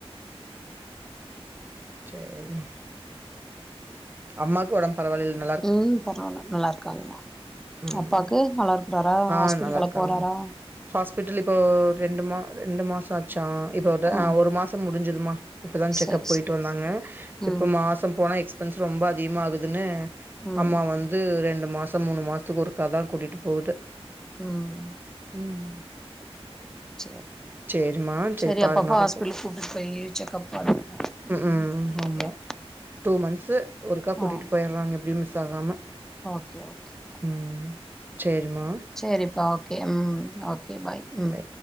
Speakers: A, on the right (about 20°); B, in the centre.
A: சேரி ம் அம்மாக்கு ஒடம்பு பரவாலேல்ல
B: ம் பரவால்ல நல்லா இருக்காங்க
A: ம்
B: அப்பாக்கு நல்லாருக் இருக்குறாரா
A: ஆ
B: ஹாஸ்பிட்டல்கலா
A: நல்லா இருக்காங்க
B: போறாரா
A: ஹாஸ்பிட்டல் இப்போ ரெண்டு மா ரெண்டு மாசோ ஆச்சா இதோட
B: ம்
A: அ ஒரு மாசம் முடிஞ்சுதும்மா இப்பதா செக்அப்
B: சரி
A: போயிட்டு
B: சரி
A: வந்தாங்க
B: ம்
A: இப்ப மாசம் போனா எக்ஸ் பன்ஸ் ரொம்ப அதிகமா ஆகுதுன்னு
B: ம்
A: அம்மா வந்து ரெண்டு மாசம் மூணு மாச த்துக்கு ஒருக்காதா கூட்டிட்டு போவுது
B: ம்
A: ம்
B: சேரிப்பா
A: சேரிம்மா
B: சேரி
A: பாருங்க
B: அப்பப்ப
A: அப்ப
B: ஹாஸ்பிட்டலு
A: கூப்ப
B: கூப்ட்டுட் போயி செக்கப் பண்ணுங்க
A: ம் ம் ம்
B: டேக்
A: ஆமா
B: கேர்
A: டூ மந்த்சு ஒருக்கா கூட்டிட்டு
B: ஆ
A: போயிடுறாங்க எப்டியும் மிஸ் ஆகாம
B: ஓகே ஓகே
A: ம் சேரிமா
B: சேரிப்பா ஓகே ம் ஓகே பாய் ம்
A: பை